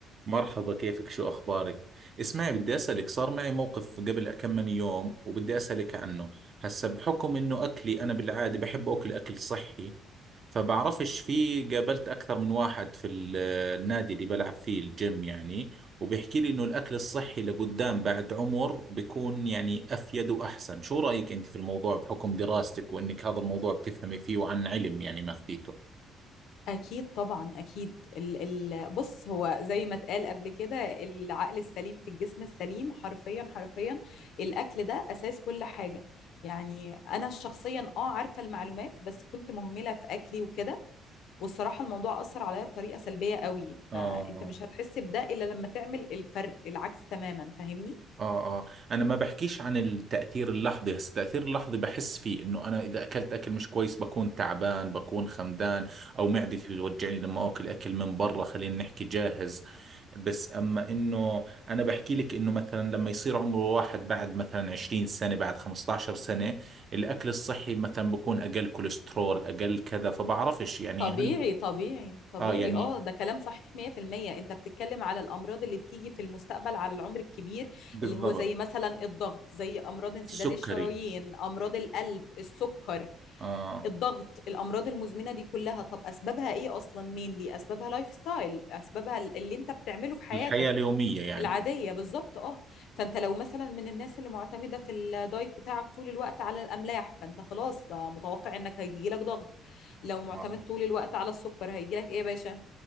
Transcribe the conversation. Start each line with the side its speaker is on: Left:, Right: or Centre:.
Right: مرحبا كيفك شو أخبارك؟ اسمعي بدي أسألك صار معي موقف قبل كم من يوم وبدي أسألك عنه هسا بحكم إنه أكلي أنا بالعادة بحب أكل أكل صحي فبعرفش في قابلت أكثر من واحد في ال- آه، النادي اللي بلعب فيه الجيم يعني وبيحكي لي إنه الأكل الصحي لقدام بعد عمر بيكون يعني أفيد وأحسن شو رأيك أنت في الموضوع بحكم دراستك وإنك هذا الموضوع بتفهمي فيه وعن علم يعني ماخذيته؟
Left: أكيد طبعا أكيد ال ال بص هو زي ما اتقال قبل كده العقل السليم في الجسم السليم حرفيا حرفيا الأكل ده أساس كل حاجة يعني أنا شخصيا أه عارفة المعلومات بس كنت مهملة في أكلي وكده والصراحة الموضوع أثر عليا بطريقة سلبية قوي فأنت
Right: آه
Left: مش هتحس بده إلا لما تعمل الفرق العكس تماما فاهمني؟
Right: اه اه انا ما بحكيش عن التاثير اللحظي هسه التاثير اللحظي بحس فيه انه انا اذا اكلت اكل مش كويس بكون تعبان بكون خمدان او معدتي بتوجعني لما اكل اكل من برا خلينا نحكي جاهز بس اما انه انا بحكي لك انه مثلا لما يصير عمره واحد بعد مثلا 20 سنه بعد 15 سنه الاكل الصحي مثلا بكون اقل كوليسترول اقل كذا فبعرفش يعني
Left: طبيعي
Right: هل
Left: طبيعي طبيعي
Right: اه يعني
Left: اه ده كلام صحيح 100% انت بتتكلم على الامراض اللي بتيجي في المستقبل على العمر الكبير
Right: بالضبط
Left: اللي هو زي مثلا الضغط زي امراض انسداد
Right: السكري
Left: الشرايين امراض القلب السكر
Right: اه
Left: الضغط الامراض المزمنه دي كلها طب اسبابها ايه اصلا مين ليه اسبابها لايف ستايل اسبابها ال- اللي انت بتعمله في حياتك
Right: الحياه اليوميه يعني
Left: العادية بالظبط اه فانت لو مثلا من الناس اللي معتمدة في الدايت بتاعك طول الوقت على الأملاح فانت خلاص متوقع انك هيجيلك ضغط لو معتمد
Right: آه.
Left: طول الوقت على السكر هيجيلك ايه يا باشا